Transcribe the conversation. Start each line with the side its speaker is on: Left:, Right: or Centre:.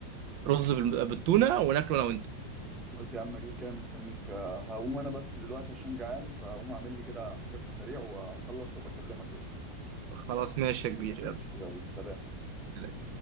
Right: رز بال- بالتونه وناكله انا وانت
Centre: خلاص يا عم كده كده مستنيك آه، هقوم انا بس دلوقتي عشان جعان فهقوم اعمل لي كده حاجه في السريع واخلص وبكلمك بقى
Right: خلاص ماشي يا كبير يلا
Centre: ماشي يلا سلام
Right: سلام.